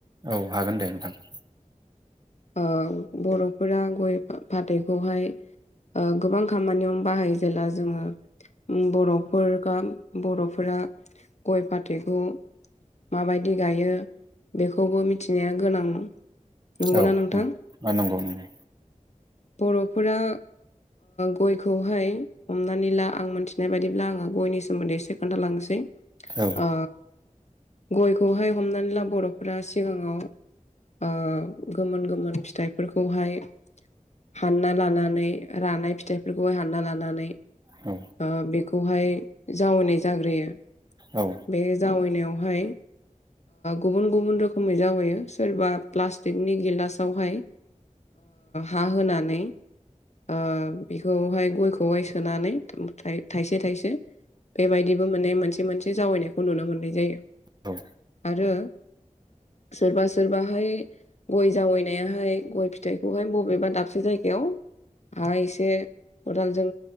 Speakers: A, on the right; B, on the left.
A: औ हागोन दे नोंथां।
B: ओ बर'फोरा गय फाथैखौहायो गोबां खामानियावनो बाहायो जेला जोङो। बर' फोरगा बर'फोरा गय फाथैखौओ माबायदि गायो बेखौबो मिथिनाया गोनां नंगौना।
A: औ
B: नोंथां
A: औ नंगौ नंगौ।
B: बर'फोरा गयखौहाय हमनानै ला आं मोनथिनाय बायदिब्ला आङो ओ गयनि सोमोन्दै एसे खोन्थालांसै
A: औ
B: ओ गयखौहाय हमनानै ला बर'फोरा सिगाङाव ओ गोमोन गोमोन फिथाइफोरखौहाय ओ हानना लानानै रानाय फिथाइफोरखौ हानना लानानैनो
A: औ।
B: ओ बेखौहाय जावैनाय जाग्रोयोला
A: औ‌।
B: बे जावैनायावहाय गुबुन गुबुन रोखोमै जावैयो सोरबा प्लास्टिक फोरनि गिलासावहाय हा होनानै ओ बिखौहाय गयखौहाइ सोनानै थाइसे थाइसे‌ओ बेबायदिबो माने मोनसे मोनसे जावैनायखौ नुनो मोननाय जायो।
A: औ।
B: आरो सोरबा सोरबाहायो गय जावैनायाहाय गय फिथाइखौहाय बबेबा दाबसे जायगायावो हा एसे खदालजों